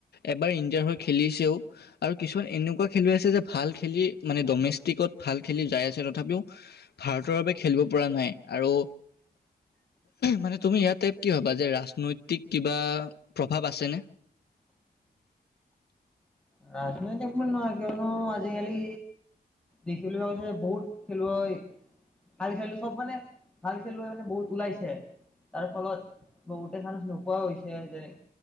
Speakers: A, on the left; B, in the centre.
A: এবাৰ ইণ্ডিয়াৰ হৈ খেলিছেও আৰু কিছুমান এনেকুৱা খেলুৱৈ আছে যে ভাল খেলি মানে ডমেষ্টিকত ভাল খেলি যাই আছে তথাপিও ভাৰতৰ বাবে খেলিব পৰা নাই আৰু মানে তুমি ইয়াত টাইপ কি হবা যে ৰাজনৈতিক কিবা প্ৰভাৱ আছেনে
B: ৰাজনৈতিক মল নহয় কিয়নো আজিকালি দেখিবলৈ পোৱা গৈছে বহুত খেলুৱৈ হয় ভাল খেলো চব মানে ভাল খেলুৱৈ মানে বহুত ওলাইছে তাৰ ফলত বহুতে মানু নোপোৱাও হৈছে যেনে